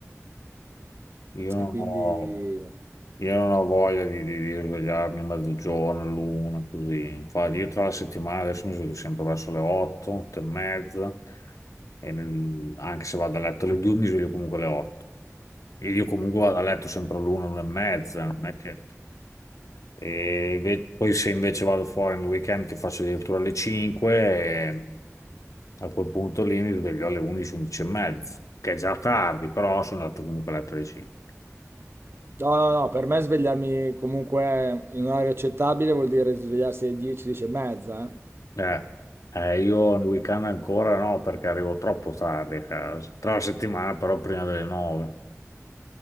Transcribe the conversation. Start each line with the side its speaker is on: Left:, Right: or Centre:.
Left: Io non
Right: E quindi...
Left: ho, io non ho voglia di, di- di svegliarmi a mezzogiorno, l'una, così. Infatti, io tra la settimana adesso mi sveglio sempre verso le 8, 8 e mezza, e nel- anche se vado a letto alle 2 mi sveglio comunque alle 8. E io comunque vado a letto sempre all'una, l'una e mezza, non è che... E inve- poi se invece vado fuori nel weekend che faccio addirittura alle 5, eh, a quel punto lì mi sveglio alle 11, 11 e mezza, che è già tardi, però sono andato comunque a letto alle 5.
Right: No, no, no, per me svegliarmi comunque in un'ora accettabile vuol dire svegliarsi alle 10, 10 e mezza.
Left: Eh, eh, io
Right: eh.
Left: nel weekend ancora no, perché arrivo troppo tardi a casa. Tra la settimana, però, prima delle 9.